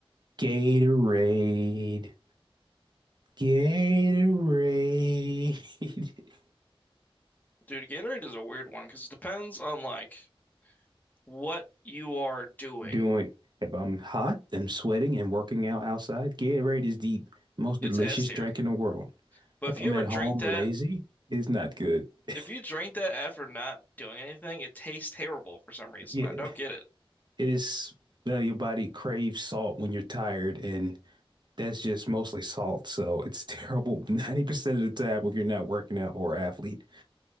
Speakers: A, on the right; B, on the left.
A: Gatorade, Gatorade.
B: Dude, Gatorade is a weird one because it depends on like what you are doing.
A: <laughs> Doing if I'm hot, I'm sweating and working out outside, Gatorade is the most delicious
B: It's S tier.
A: drink in the world.
B: But
A: If
B: if you
A: I'm
B: ever
A: at
B: drink
A: home
B: that,
A: lazy, it's not good. <laughs>
B: if you drink that after not doing anything, it tastes terrible for some reason.
A: Yeah.
B: I
A: It
B: don't get it.
A: is uh, your body craves salt when you're tired, and that's just mostly salt. So it's <laughs> terrible 90% of the time if you're not working out or athlete.